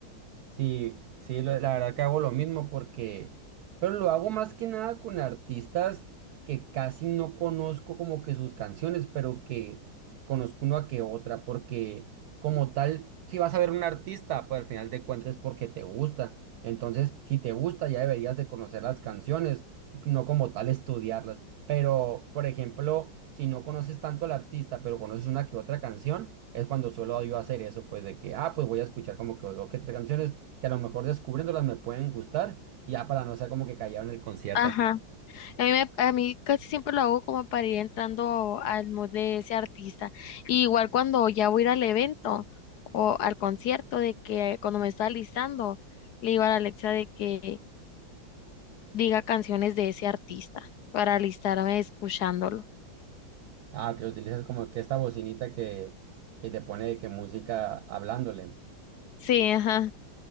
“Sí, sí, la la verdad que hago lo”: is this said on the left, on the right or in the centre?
Right